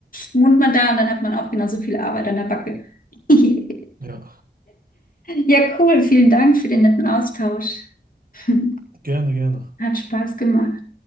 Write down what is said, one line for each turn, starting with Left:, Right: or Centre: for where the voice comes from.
Left: wohnt man da und dann hat man auch genauso viel Arbeit an der Backe. <laughs>
Right: ja.
Left: Ja, cool. Vielen Dank für den netten Austausch. <laughs>
Right: Gerne, gerne.
Left: Hat Spaß gemacht.